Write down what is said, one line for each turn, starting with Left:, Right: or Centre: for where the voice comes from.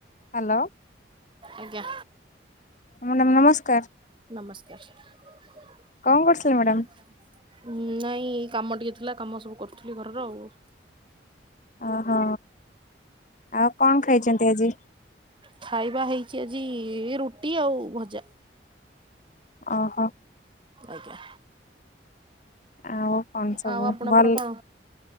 Left: Hello
Right: ଆଜ୍ଞା
Left: madam ନମସ୍କାର।
Right: ନମସ୍କାର
Left: କଣ କରୁଥିଲେ ମ୍ୟାଡ଼ାମ
Right: ନାଇଁ କାମ ଟିକେ ଥିଲା କାମ ସବୁ କରୁଥିଲି ଘରର ଆଉ।
Left: ଓହୋ ଆଉ କଣ ଖାଇଚନ୍ତି ଆଜି?
Right: ଖାଇବା ହେଇଛି ଆଜି ରୁଟି ଆଉ ଭଜା।
Left: ଓହୋ
Right: ଆଜ୍ଞା
Left: ଆଉ କଣ ସବୁ
Right: ଆଉ ଆପଣଙ୍କର
Left: ଭଲ୍
Right: କଣ?